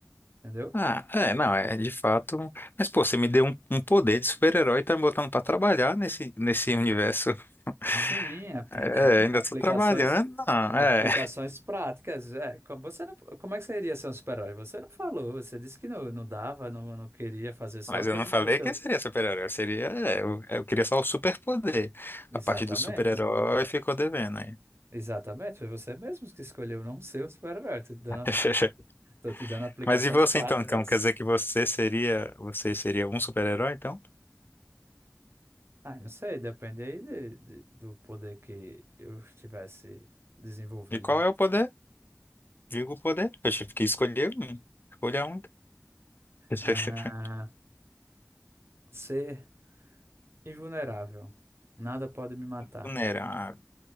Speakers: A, on the right; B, on the left.
A: entendeu?
B: Ah, é, não, é de fato. Mas, pô, você me deu um, um poder de super-herói e tá me botando pra trabalhar nesse, nesse universo. <laughs>
A: Sim, ap-
B: É,
A: <laughs>
B: ainda
A: aplicações,
B: tô trabalhando, não,
A: aplicações
B: é.
A: práticas. É, como você não, como é que você iria ser um super-herói? Você não falou, você disse que não, não dava, não, não queria fazer só
B: Mas
A: coisas
B: eu não falei
A: pro seu.
B: quem seria super-herói, eu seria. é, eu, eu queria só o super-poder.
A: Exatamente.
B: A parte do super-herói ficou devendo aí.
A: Exatamente, foi você mesmo que escolheu não ser um super-herói. Tô te dando,
B: <laughs>
A: tô te dando aplicações
B: Mas e você
A: práticas.
B: então, então? Quer dizer que você seria. Você seria um super-herói, então?
A: Ah, não sei, depende aí de- de- do poder que eu tivesse desenvolvido.
B: E qual é o poder? Digo o poder. Eu tive que escolher um. Escolha um. <laughs>
A: Ah, ser invulnerável. Nada pode me matar.
B: Vulnerável.